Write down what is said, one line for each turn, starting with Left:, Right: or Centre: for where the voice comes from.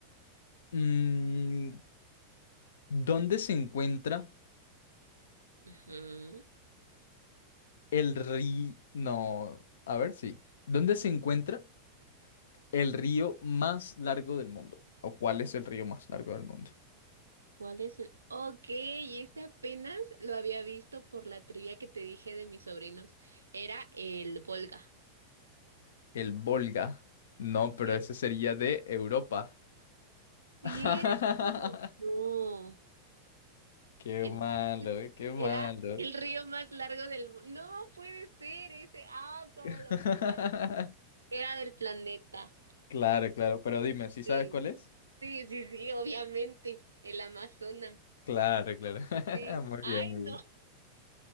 Left: Mm, ¿dónde se encuentra
Right: Ujú.
Left: el río? No, a ver, sí. ¿Dónde se encuentra El río más largo del mundo. ¿O cuál es el río más largo del mundo?
Right: ¿Cuál es el...? Ok, y este apenas lo había visto por la trivia que te dije de mis sobrinos. Era el Volga.
Left: El Volga. No,
Right: ¿Sí?
Left: pero ese sería de Europa.
Right: Cierto.
Left: <laughs>
Right: No.
Left: Qué
Right: Entonces
Left: malo, eh, qué malo.
Right: era el río más largo del mundo. No puede ser ese. Ah, ¿cómo
Left: <laughs>
Right: lo puedo fallar? Era del planeta.
Left: Claro, claro. Pero dime, ¿sí sabes
Right: Sí.
Left: cuál es?
Right: Sí, sí, sí, obviamente, el Amazonas,
Left: Claro, claro. <laughs>
Right: sí.
Left: Muy
Right: Ay,
Left: bien, muy
Right: no.
Left: bien.
Right: <laughs>